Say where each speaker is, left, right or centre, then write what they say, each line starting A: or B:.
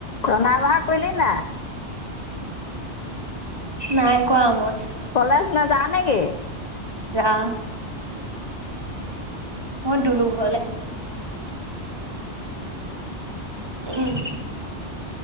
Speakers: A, on the left; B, on the right.
A: ৰন্ধা বঢ়া কৰিলি না
B: নাই কৰা মই
A: কলেজ নাযাওঁ নেকি
B: যাও বহৰ দুলুক হ'লে উম